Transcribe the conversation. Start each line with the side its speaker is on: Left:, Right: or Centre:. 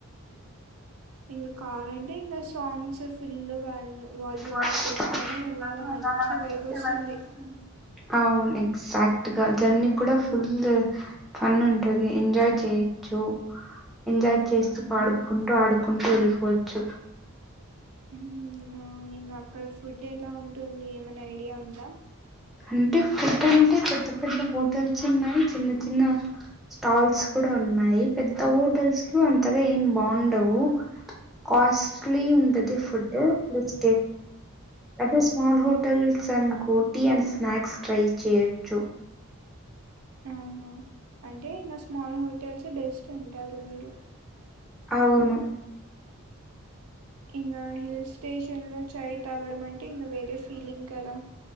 Right: ఇంగ కారంటే ఇంగ సాంగ్స్ ఫిల్ కాల వాల్యూమ్లో
Centre: వాషింగ్
Right: పెట్టుకొని వెళ్ళాలా
Centre: కోసం
Right: మంచి
Centre: అలాగా వెళ్తే
Right: వైబ్ వస్తుంది
Centre: అవును ఎక్సాక్ట్గా జర్నీ కూడా ఫుల్ ఫన్ ఉంటది ఎంజాయ్ చేయొచ్చు ఎంజాయ్ చేస్తూ
Right: ఉమ్,
Centre: పాడుకుంటూ ఆడుకుంటూ వెళ్ళిపోవచ్చు
Right: ఉమ్ ఇంగ అక్కడ ఫుడ్ ఎలా ఉంటుంది ఏమైనా ఐడియా ఉందా
Centre: అంటే ఫుడ్ అంటే పెద్ద పెద్ద హోటల్స్ ఉన్నాయ్ చిన్న చిన్న స్టాల్స్ కూడా ఉన్నాయి పెద్ద హోటల్స్ లో అంతగా ఏం బాగుండవు కాస్ట్లీ ఉంటది ఫుడ్డు ప్లస్ అదే స్మాల్ హోటల్స్ అం కోటీ అండ్ స్నాక్స్ ట్రై చేయచ్చు
Right: ఆహా అంటే ఇంగ స్మాల్ హోటల్స్ ఏ బెస్ట్ అంటారు మీరు
Centre: అవును
Right: ఇంగా హిల్ స్టేషన్లో చాయ్ తాగడం అంటే ఇంగ వేరే ఫీలింగ్ కదా